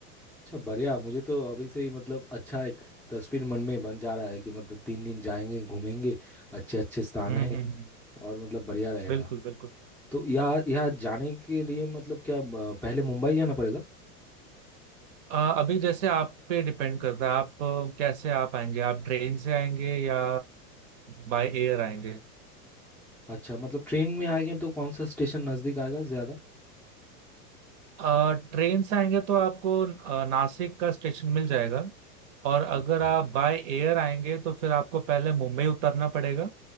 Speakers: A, in the centre; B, on the right.
A: अच्छा बढ़िया मुझे तो अभी से ही मतलब अच्छा एक तस्वीर मन में बन जा रहा है कि मतलब तीन दिन जाएंगे घूमेंगे अच्छे अच्छे स्थान
B: हम्म
A: है
B: हम्म हम्म।
A: और मतलब बढ़िया रहेगा
B: बिल्कुल बिल्कुल
A: तो यहाँ यहाँ जाने के लिए मतलब क्या अ, पहले मुंबई जाना पड़ेगा
B: अ, अभी जैसे आप पे डिपेंड करता है आप अ, कैसे आप आएंगे आप ट्रेन से आएंगे या बाय एयर आएंगे
A: अच्छा मतलब ट्रेन में आएंगे तो कौन सा स्टेशन नज़दीक आएगा ज़्यादा
B: अ, ट्रेन से आएंगे तो आपको अ, नासिक का स्टेशन मिल जाएगा और अगर
A: अच्छा
B: आप बाय एयर आएंगे तो फिर आपको पहले मुंबई उतरना पड़ेगा